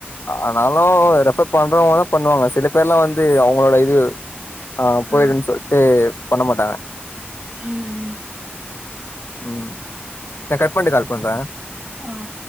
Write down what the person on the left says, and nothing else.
ஆனாலு ரெஃபர் பண்றவ்ங்கதா பண்ணுவாங்க சில பேர்லா வந்து அவ்ங்ளோட இது ஆஹ்
போயிருன் சொல்ட்டு பண்ண மாட்டாங்க
உம் நா கட் பண்ட்டு கால் பண்றே